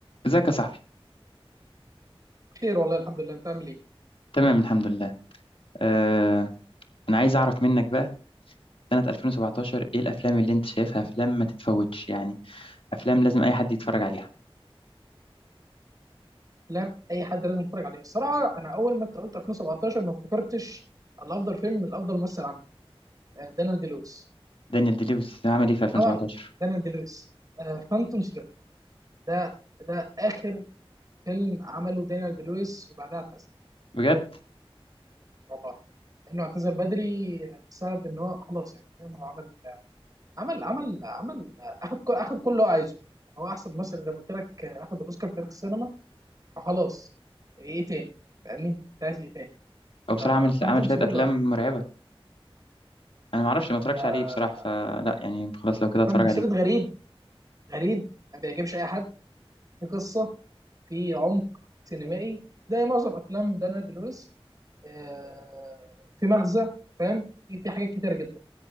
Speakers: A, on the left; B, on the right.
A: ازيك يا صاحبي
B: خير والله الحمد لله انت عامل ايه؟
A: تمام الحمد لله آه انا عايز اعرف منك بقى سنة 2017 ايه الافلام اللي انت شايفها افلام ما تتفوتش يعني افلام لازم اي حد يتفرج عليها
B: افلام اي حد لازم يتفرج عليها الصراحه انا اول ما انت قلت 2017 ما افتكرتش الافضل فيلم من الافضل ممثل عنه آه، دانيال دي لويس
A: دانيال دي لويس عمل ايه في 2017
B: طبعا دانيال دي لويس فانتوم ثريد ده ده اخر فيلم عمله دانيال دي لويس وبعدها اعتزل
A: بجد
B: والله انه اعتزل بدري آه، بسبب ان هو خلاص يعني فاهم هو عمل آه، عمل عمل عمل آه، اخد ك- اخد كل اللي هو عايزه هو احسن ممثل زي ما قلت لك آه، اخد الاوسكار في تاريخ السينما فخلاص ايه تاني فاهمني؟ انت عايز ايه تاني؟
A: هو بصراحة
B: ففانتوم
A: عمل عمل شوية
B: ثريد
A: افلام
B: بقى
A: مرعبة انا ما اعرفش ما اتفرجش
B: آه
A: عليه بصراحة فلا يعني خلاص لو كده اتفرج
B: فانتوم ثريد
A: عليه
B: غريب غريب ما بيعجبش اي حد في قصه في عمق سينمائي زي معظم افلام دانا دي لويس آه في مغزى فاهم في في حاجات كتيره جدا